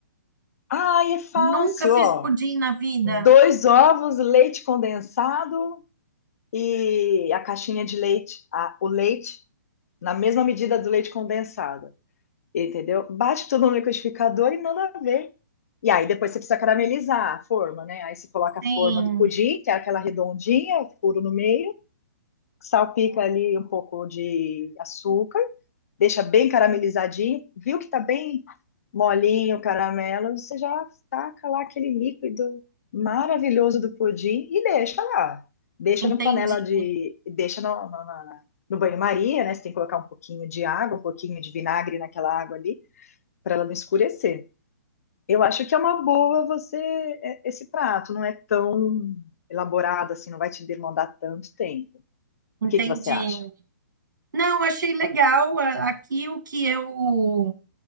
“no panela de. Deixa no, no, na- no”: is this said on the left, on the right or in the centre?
Left